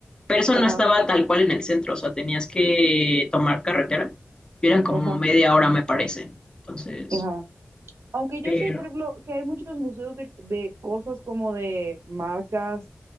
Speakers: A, on the left; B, on the right.
A: pero eso
B: Ajá.
A: no estaba tal cual en el centro, o sea, tenías que tomar carretera. Y eran como
B: Ajá,
A: media hora, me parece. Entonces,
B: ajá. Aunque yo
A: pero...
B: sé, por ejemplo, que hay muchos museos de, de cosas como de marcas,